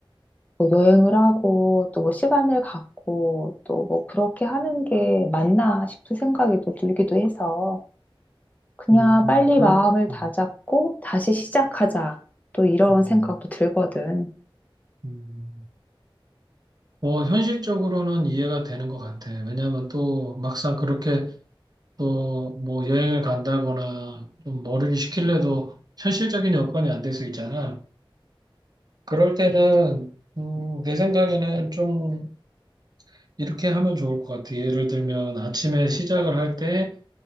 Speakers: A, on the left; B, on the right.
A: 뭐 여행을 하고 또 뭐 시간을 갖고 또 뭐 그렇게 하는 게 맞나 싶은 생각이 또 들기도 해서 그냥
B: 음, 음,
A: 빨리
B: 그럴,
A: 마음을 다잡고
B: 음,
A: 다시 시작하자. 또 이런
B: 음,
A: 생각도 들거든.
B: 음. 뭐 현실적으로는 이해가 되는 것 같아. 왜냐하면 또 막상 그렇게 또 뭐 여행을 간다거나 좀 머리를 식힐래도 현실적인 여건이 안 될 수 있잖아. 그럴 때는 음, 내 생각에는 좀 이렇게 하면 좋을 것 같아. 예를 들면 아침에 시작을 할 때,